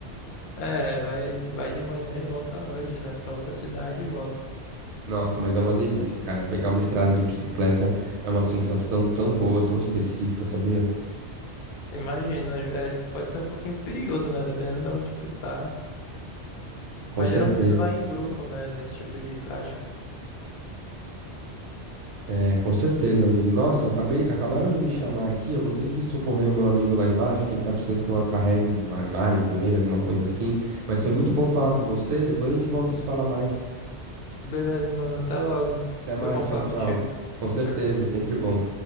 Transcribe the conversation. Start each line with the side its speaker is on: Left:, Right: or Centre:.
Left: é, vai, vai de manhã e volta à noite, né? Pra outra cidade e volta.
Right: Nossa, mas é uma delícia, cara. Pegar uma estrada de bicicleta é uma sensação tão boa, tão específica, sabia?
Left: Imagina, às vezes pode ser um pouquinho perigoso, né? Dependendo de onde tu tá.
Right: Com
Left: Mas
Right: certeza.
Left: geralmente se vai em grupo, né? Nesse tipo de prática.
Right: É, com certeza, amigo. Nossa, acabei, acabaram de me chamar aqui. Eu vou ter que socorrer o meu amigo lá embaixo, que ele tá precisando que eu carregue um armário com ele, alguma coisa assim. Mas foi muito bom falar com você. Depois a gente volta a se falar mais.
Left: Beleza, mano. Até logo.
Right: Até mais.
Left: Foi bom
Right: Tchau,
Left: falar
Right: tchau.
Left: contigo.
Right: Com certeza,
Left: Tchau, tchau.
Right: sempre bom.